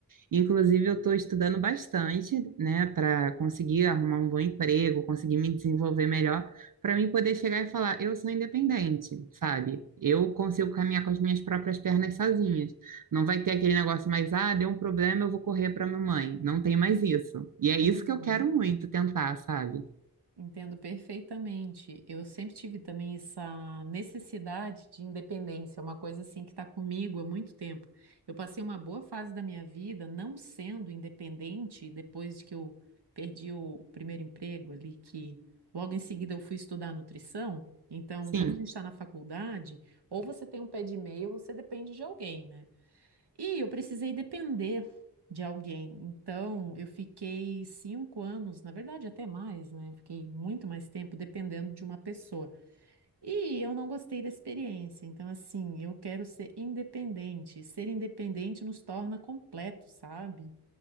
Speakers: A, on the right; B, on the right.
A: Inclusive, eu estou estudando bastante, né, para conseguir arrumar um bom emprego, conseguir me desenvolver melhor, para mim poder chegar e falar, eu sou independente, sabe? Eu consigo caminhar com as minhas próprias pernas sozinhas. Não vai ter aquele negócio mais, ah, deu um problema, eu vou correr para minha mãe. Não tem mais isso. E é
B: Uhum.
A: isso que eu quero muito tentar, sabe?
B: Entendo perfeitamente. Eu sempre tive também essa necessidade de independência, é uma coisa assim que está comigo há muito tempo. Eu passei uma boa fase da minha vida não sendo independente depois de que eu perdi o primeiro emprego ali, que logo em seguida eu fui estudar nutrição. Então,
A: Sim.
B: quando a gente está na faculdade, ou você tem um pé de meia ou você depende de alguém, né? E eu precisei depender de alguém. Então, eu fiquei cinco anos, na verdade, até mais, né? Fiquei muito mais tempo dependendo de uma pessoa. E eu não gostei da experiência. Então, assim, eu quero ser independente. Ser independente nos torna completos, sabe?